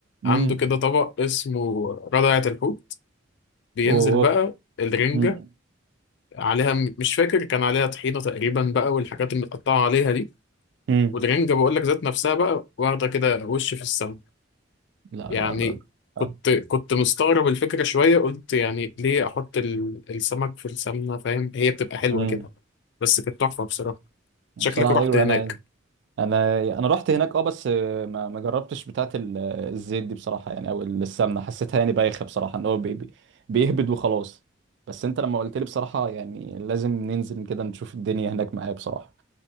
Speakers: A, on the left; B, on the right.
A: عنده
B: امم
A: كده طبق اسمه ردعة الحوت بينزل
B: أوه
A: بقى الرنجة
B: امم
A: عليها مش فاكر كان عليها طحينة تقريبا بقى والحاجات المتقطعة عليها دي
B: امم
A: والرنجة بقول لك ذات نفسها بقى واخدة كده وش في السماء
B: لا
A: يعني
B: لا لا لا.
A: كنت كنت مستغرب الفكرة شوية قلت يعني ليه أحط ال- السمك في السمنة فاهم هي بتبقى حلوة
B: امم
A: كده بس كانت تحفة بصراحة شكلك
B: بصراحة
A: رحت
B: أيوه
A: هناك
B: أنا انا انا رحت هناك اه بس ما ما جربتش بتاعه ال- الزيت دي بصراحه يعني او السمنه حسيتها يعني بايخه بصراحه ان هو بي بي- بيهبد وخلاص بس انت لما قلت لي بصراحه يعني لازم ننزل كده نشوف الدنيا هناك معايا بصراحه